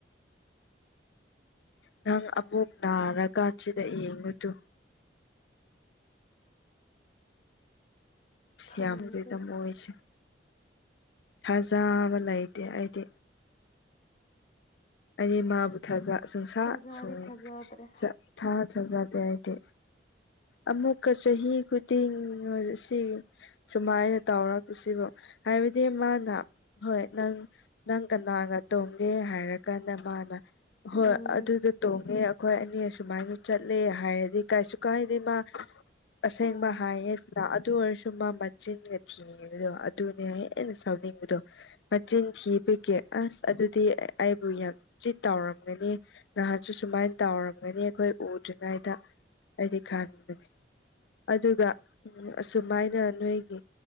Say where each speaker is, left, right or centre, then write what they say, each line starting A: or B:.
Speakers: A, on the left; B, on the left.
A: ꯅꯪ ꯑꯃꯨꯛ ꯅꯥꯔꯥꯀꯥꯟꯁꯤꯗ ꯌꯦꯡꯉꯨꯇꯨ
B: ꯈꯪꯗ꯭ꯔꯦ
A: ꯌꯥꯝꯅꯗꯤ ꯇꯝꯃꯣꯏꯁꯤ ꯊꯖꯕ ꯂꯩꯇꯦ ꯑꯩꯗꯤ ꯑꯩꯗꯤ ꯃꯥꯕꯨ ꯊꯥꯖ ꯁꯨꯡꯁꯥ
B: ꯊꯥꯖꯗꯤ
A: ꯁꯨꯡ
B: ꯊꯥꯖꯗ꯭ꯔꯦ
A: ꯁꯥ ꯊꯥ ꯊꯥꯖꯗꯦ ꯑꯩꯗꯤ ꯑꯃꯨꯛꯀ ꯆꯍꯤ ꯈꯨꯗꯤꯡ <unintelligible> ꯅꯔꯁꯦ ꯁꯨꯃꯥꯏꯅ ꯇꯧꯔꯛꯄꯁꯤꯕꯨ ꯍꯥꯏꯕꯗꯤ ꯃꯥꯅ ꯍꯣꯏ ꯅꯪ ꯅꯪ ꯀꯅꯥꯒ ꯇꯣꯡꯒꯦ ꯍꯥꯏꯔ ꯀꯥꯟꯗ ꯃꯥꯅ ꯍꯣꯏ
B: ꯎꯝ
A: ꯑꯗꯨꯗꯣ ꯇꯣꯡꯉꯦ ꯑꯩꯈꯣꯏ ꯑꯅꯤ ꯑꯁꯨꯃꯥꯏꯅ ꯆꯠꯂꯦ ꯍꯥꯏꯔꯗꯤ ꯀꯩꯁꯨ ꯀꯥꯏꯗꯦ ꯃꯥ ꯑꯁꯦꯡꯕ
B: ꯎꯝ
A: ꯍꯥꯏꯌꯦꯗ ꯑꯗꯨ ꯑꯣꯏꯔꯁꯨ ꯃꯥ ꯃꯆꯤꯟꯒ ꯊꯤ ꯑꯗꯨꯅꯦ ꯍꯦꯟꯅ ꯁꯥꯎꯅꯤꯡꯕꯗꯣ ꯃꯆꯤꯟ ꯊꯤꯕꯒꯤ ꯑꯁ ꯑꯗꯨꯗꯤ ꯑꯩ ꯕꯨ ꯌꯥꯝ ꯆꯤꯠ ꯇꯧꯔꯝꯒꯅꯤ ꯅꯍꯥꯟꯁꯨ ꯁꯨꯃꯥꯏ ꯇꯧꯔꯝꯒꯅꯤ ꯑꯩꯈꯣꯏ ꯎꯗ꯭ꯔꯤꯉꯩꯗ ꯑꯩꯗꯤ ꯈꯟꯕꯅꯦ ꯑꯗꯨꯒ ꯎꯝ ꯑꯁꯨꯃꯥꯏꯅ ꯅꯣꯏꯒꯤ